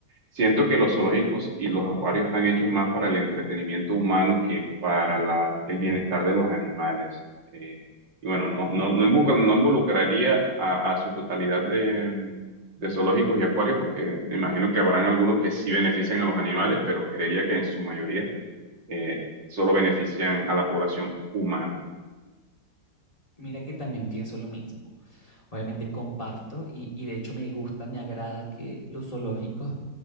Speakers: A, on the right (about 70°); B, on the left (about 20°).
A: siento que los zoológicos y los acuarios están hechos más para el entretenimiento humano que para la- el bienestar de los animales. Eh, y bueno, no, no, no involucra- no involucraría a, a su totalidad de, de zoológicos y acuarios porque me imagino que habrán algunos que sí benefician a los animales, pero creería que en su mayoría eh, solo benefician a la población humana.
B: Mira que también pienso lo mismo. Obviamente comparto y, y de hecho me gusta, me agrada que los zoológicos